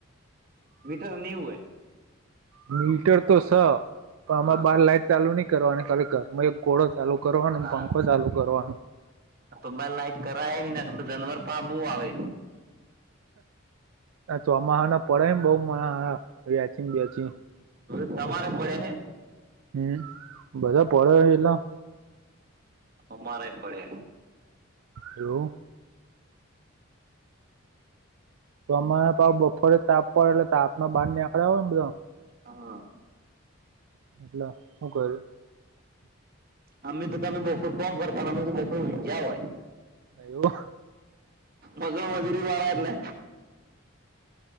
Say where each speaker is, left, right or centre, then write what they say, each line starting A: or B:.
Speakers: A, on the right; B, on the right.
A: મીટર નહી હું એ
B: મીટર તો સ પણ આમાં
A: હા
B: બાર લાઈટ ચાલુ નહી કરવા અને ખરેખર એક ઘોડો ચાલુ કરવાનું
A: હા
B: પંખો ચાલુ કરવાનું
A: તો બ લાઈટ કરાવાય નઈ ના જનવર પા બુ આવે
B: ચોમા હને પડે બહ મ વ્યાચીને બે્યાચી
A: ત સવારે પડે ને
B: હમ્મ બધા પળ્યા એલા
A: અમારે પડે
B: હલો તોમારે પાાવ બફોરે તાપ પડે એટલે તાપના બહાર ને આપડ આવને બધા
A: હા
B: એટલે હું કર
A: અમે તો તમે બપોર કોમ કરતા હો અમે તો બપોર ગયા હોય
B: અયું
A: મગળ મધુરી વડા એટલે